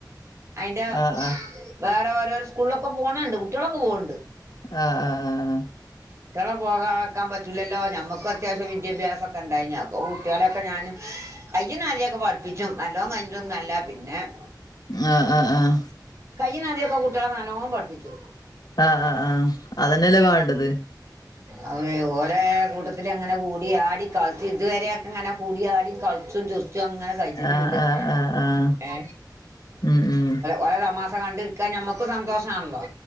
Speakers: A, on the right (about 40°); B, on the left (about 65°).
A: അതിന്റെ
B: ആഹ് ആഹ്
A: വേറെ ഓരോരോ സ്കൂളിലൊക്കെ പോണുണ്ട് കുട്ടികളൊക്കെ പോകണ്ട്.
B: ആഹ് ആഹ് ആഹ് ആഹ്
A: കുട്ടികളെ പോകാക്കാൻ പറ്റൂല്ലല്ലോ നമ്മക്ക് അത്യാവശ്യം വിദ്യാഭ്യസക്കെ ഉണ്ടായി അപ്പൊ കുട്ടികളൊക്കെ ഞാന്- കഴിഞ്ഞ നാലൊക്കെ പഠിപ്പിച്ചും നല്ലോ കഴിഞ്ഞൊന്നും അല്ല പിന്നെ-
B: ആഹ് ആഹ് ആഹ് ആഹ്
A: കൈനദ്യക്കെ കുട്ടികളെ നല്ലോം പഠിപ്പിച്ചു.
B: ആഹ് ആഹ് ആഹ് അതന്നെയല്ലേ വേണ്ടത്.
A: അവ ഓര കൂട്ട- അങ്ങനെ കൂടി ആടി കളിച്ചു ഇതുവരെയൊക്കെങ്ങെ കൂടി ആടി കളിച്ചും ചിരിച്ചും <unintelligible> അങ്ങനെ കൈജുണ്ട്
B: ആഹ് ആഹ് ആഹ് ആഹ്
A: ഏ
B: ഉം ഉം
A: ഓല തമാ- കണ്ട് നിക്കാൻ നമ്മക്ക് സന്തോഷമാണല്ലോ